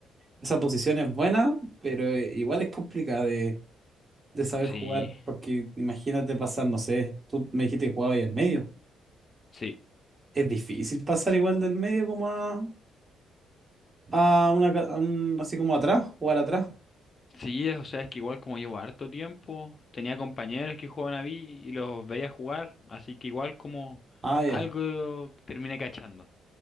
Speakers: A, on the right (about 30°); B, on the left (about 40°).
A: esa posición es buena, pero eh, igual es complicada de, de saber
B: sí,
A: jugar, porque imagínate pasar, no sé, tú me dijiste que jugabas ahí en medio.
B: sí.
A: Es difícil pasar igual del medio como a, a una, ca- a un- así como atrás, jugar atrás.
B: Sí, es- o sea, es que igual como llevo harto tiempo, tenía compañeros que jugaban a mí y los veía jugar, así que igual como
A: Ah, ya,
B: algo terminé cachando.